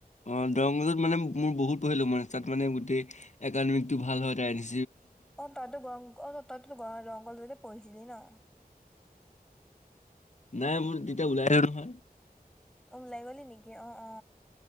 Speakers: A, on the left (about 50°); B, in the centre.
A: অ দৰংগজত মানে মোৰ বহুত পঢ়িলো মানে তাত মানে গোটেই একাডেমিক টো ভাল হয় তাই আনি
B: অ তাতো গৰং অ তাতো গ ৰংগল যতে পঢ়িছিলি ন
A: নাই মোৰ তেতিয়া ওলাইে নহয়
B: ওলাই গ'লি নেকি অ অ